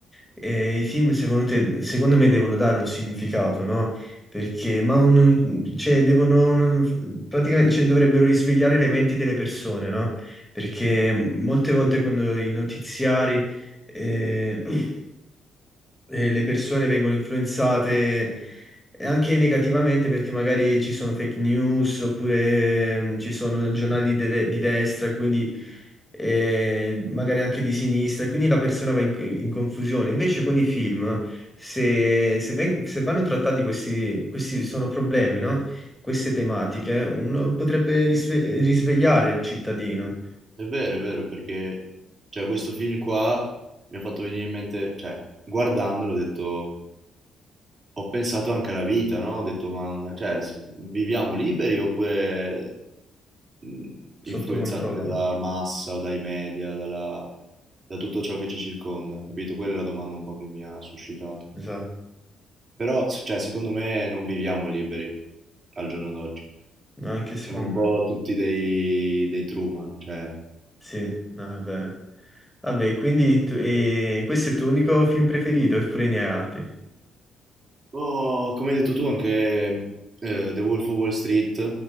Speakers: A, in the centre; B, on the right (about 40°).
A: eh, i film secondo te- secondo me devono dare un significato, no? Perché, ma un- cioè, devono, un- praticamente, cioè, dovrebbero risvegliare le menti delle persone, no? Perché mm, molte volte quando i notiziari, eh, <clears throat> e le persone vengono influenzate anche negativamente perché magari ci sono fake news oppure ehm, ci sono giornali di, de- di destra e quindi eh, magari anche di sinistra e quindi la persona va in, in confusione. Invece con i film, se, se veng- se vanno trattati questi, questi sono problemi, no? Queste tematiche, uno potrebbe risve- risvegliare il cittadino
B: È vero, è vero, perché cioè, questo film qua mi ha fatto venire in mente, cioè, guardandolo ho detto, ho pensato anche alla vita, no? Ho detto, ma cioè, s- viviamo liberi oppure mh,
A: sotto
B: influenzati
A: controllo.
B: dalla massa o dai media, dalla- da tutto ciò che ci circonda, capito? Quella è la domanda un po' che mi ha suscitato.
A: Esatto,
B: Però, s- cioè, secondo me non viviamo liberi al giorno d'oggi.
A: anche secondo
B: Siamo un po'
A: me.
B: tutti dei, dei Truman, cioè...
A: Sì, no, è vero. Vabbè, quindi tu- e questo è il tuo unico film preferito, oppure ne hai altri?
B: Oh, come hai detto tu anche eh, The Wolf of Wall Street,